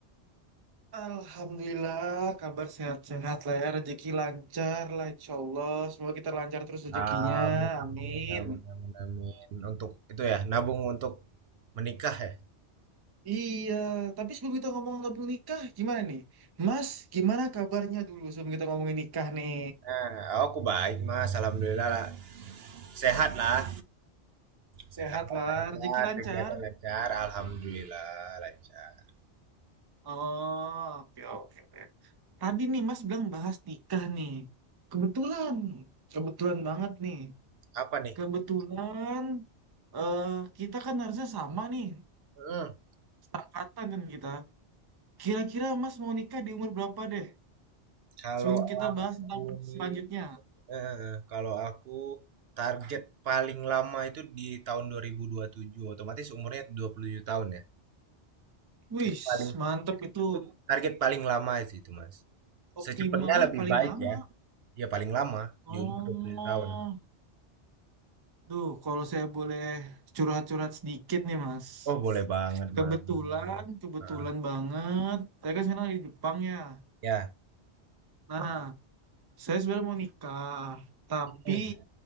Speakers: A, on the right; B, on the right.
A: Alhamdulillah, kabar sehat-sehat lah ya. Rezeki lancar lah, insya Allah. Semoga kita lancar terus rezekinya.
B: Amin,
A: Amin.
B: amin, amin, amin. Untuk itu ya, nabung untuk menikah ya.
A: Iya, tapi sebelum kita ngomong ngomong nikah, gimana nih? Mas, gimana kabarnya dulu sebelum kita ngomongin nikah nih?
B: Nah, aku baik Mas, alhamdulillah lah. Sehat lah. Sehat,
A: Sehat lah,
B: lancar,
A: rezeki lancar.
B: kegiatan lancar, alhamdulillah lancar.
A: Oh, oke, oke. oke. Tadi nih Mas bilang bahas nikah nih. Kebetulan, kebetulan banget nih.
B: Apa nih?
A: Kebetulan eh kita kan harusnya sama nih,
B: Hmm,
A: seangkatan kan kita. Kira-kira Mas mau nikah di umur berapa deh?
B: kalau
A: Sebelum kita
B: aku
A: bahas tentang
B: nih
A: selanjutnya.
B: Heeh, kalau aku target paling lama itu di tahun dua dua ribu dua puluh tujuh otomatis umurnya 27 tahun ya.
A: Wih,
B: Itu paling
A: mantep itu
B: itu target paling lama sih itu, Mas.
A: optimal
B: Secepatnya
A: lah
B: lebih
A: paling
B: baik
A: lama.
B: ya. Ya paling lama
A: Oh.
B: di umur 27 tahun.
A: Duh, kalau saya boleh curhat-curhat sedikit nih, Mas.
B: Oh, boleh banget,
A: Kebetulan,
B: Mas.
A: kebetulan
B: Heeh.
A: banget. Saya kan sekarang lagi di Jepang ya.
B: Ya.
A: Nah, saya sebenarnya mau nikah. Tapi
B: Hmm.